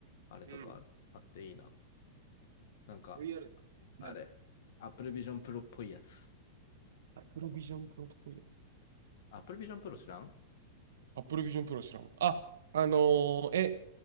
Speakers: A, on the left; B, on the right.
A: あれとかあるあっていいな。
B: うん。
A: なんか、
B: VR、
A: あれ、
B: 何
A: Apple Vision Pro っぽいやつ。
B: アクロビジョンプロっぽいやつ。
A: Apple Vision Pro 知らん
B: Apple Vision Pro 知らん。あ、あのーえ、